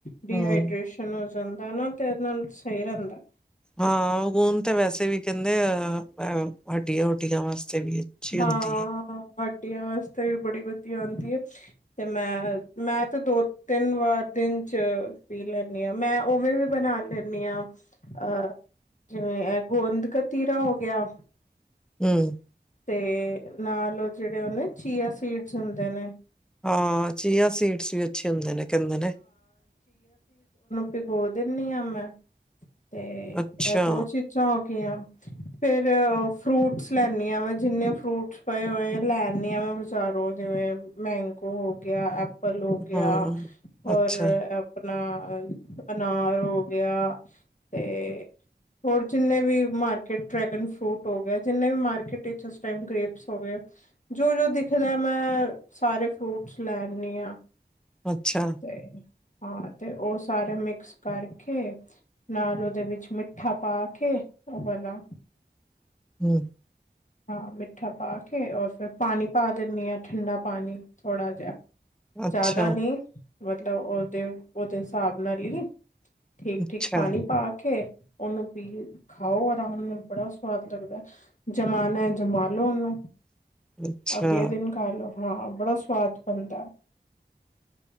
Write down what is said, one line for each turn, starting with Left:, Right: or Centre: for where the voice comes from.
Left: ਡੀਹਾਈਡ੍ਰੇਸ਼ਨ।
Centre: ਹਮ
Left: ਸਤਾਨਤ ਤੇਰੇ ਨਾਲ ਸਹੀ ਰਹਿੰਦਾ।
Centre: ਹਾਂ, ਉਗੂਨ ਤੇ ਵੈਸੇ ਵੀ ਕਹਿੰਦੇ ਆਂ, ਹਡੀੀਆਂਟੀਆਂ ਵਾਸਤੇ। ਵੀ ਅੱਛੀ
Left: ਹਾਂ।
Centre: ਹੁੰਦੀ ਹੈ
Left: ਰੁਟੀਆਂ ਵਾਸਤੇ ਵੀ ਬੜੀ ਵਧੀਆ ਆਉਂਦੀ ਹੈ, ਤੇ ਮੈਂ ਮੈਂ ਤੇ ਦੋ ਤਿੰਨ ਵਾਰ ਦਿਨ ਚ ਪੀ ਲੈਂਦੀ ਆਂ, ਮੈਂ ਉਵੇਂ ਵੀ ਬਣਾ ਲੈਂਦੀ ਹਾਂ। ਅਹ ਜਿਵੇਂ ਗੋਂਦ ਕਤੀਰਾ ਹੋ ਗਿਆ।
Centre: ਹਮ
Left: ਤੇ ਨਾਲ, ਉਹ ਜਿਹੜੇ ਉਹਦੇ ਚੀਆ ਸੀਡਸ ਹੁੰਦੇ ਨੇ।
Centre: ਹਾਂ, ਚੀਆ ਸੀਟਸ ਵੀ ਅੱਛੇ ਹੁੰਦੇ ਨੇ ਕਹਿੰਦੇ ਨੇ।
Left: ਫੇਰ ਹੋਰ ਦਿੰਦੀ ਆ ਮੈਂ। ਤੇ
Centre: ਅੱਛਾ
Left: ਇਹ ਦੋ ਚੀਜ਼ਾਂ। ਫਿਰ ਫਰੂਟਸ ਲੈਦੀ ਹਾਂ ਮੈਂ। ਜਿੰਨੇ ਫਰੂਟਸ ਪਏ ਹੋਏ, ਲੈਦੀ ਹਾਂ ਮੈਂ ਬਾਜ਼ਾਰੋਂ ਜਿਵੇਂ ਮੈਂਗੋ ਹੋ ਗਿਆ ਐਪ ਲ ਹੋ ਗਿਆ
Centre: ਹਮ ਅੱਛਾ
Left: ਔਰ ਆਪ ਆਪਣਾ ਅਨਾਰ ਹੋ ਗਿਆ, ਤੇ ਹੋਰ ਜਿੰਨੇ ਵੀ ਮਾਰਕੀਟ ਡਰੈਗਨ ਫਰੂਟ ਹੋ ਗਿਆ, ਜਿੰਨੇ ਵੀ ਮਾਰਕੀਟ ਟਾਈਮ ਗ੍ਰੇਪਸ ਹੋ ਗਏ, ਜੋ ਜੋ ਦਿਖਦਾ ਮੈਂ ਸਾਰੇ ਫਰੂਟਸ ਲੈਨੀਂ ਹਾਂ।
Centre: ਅੱਛਾ!
Left: ਤੇ ਹਾਂ, ਤੇ ਉਹ ਸਾਰੇ ਮਿਕਸ ਕਰਕੇ, ਨਾਲ ਉਹਦੇ ਵਿੱਚ ਮਿੱਠਾ ਪਾ ਕੇ, ਉਹ ਵਾਲਾ
Centre: ਹਮ।
Left: ਹਾਂ ਮਿੱਠਾ ਪਾ ਕੇ, ਫਿਰ ਪਾਣੀ ਪਾ ਦਿੱਨੀ ਆਂ ਠੰਡਾ ਪਾਣੀ। ਥੋੜਾ ਜਿਹਾ,
Centre: ਅੱਛਾ
Left: ਜ਼ਿਆਦਾ ਨਹੀਂ। ਮਤਲਬ ਉਹਦੇ, ਉਹਦੇ ਹਿਸਾਬ ਨਾਲ ਹੀ। ਠੀਕ,
Centre: ਅੱਛਾ
Left: ਠੀਕ ਪਾਣੀ ਪਾ ਕੇ। ਉਹਨੂੰ ਪੀ ਖਾਓ, ਆਰਾਮ ਨਾਲ ਬੜਾ ਸਵਾਦ ਲੱਗਦਾ। ਮਾਨਾ ਹੈ ਜਮਾਨ ਖ ਲੋ ਉਹਨੂੰ
Centre: ਅੱਛਾ
Left: ਅਗਲੇ ਦਿਨ ਖਾ ਲੋ ਹਾਂ ਬੜਾ ਸਵਾਦ ਬਣਦਾ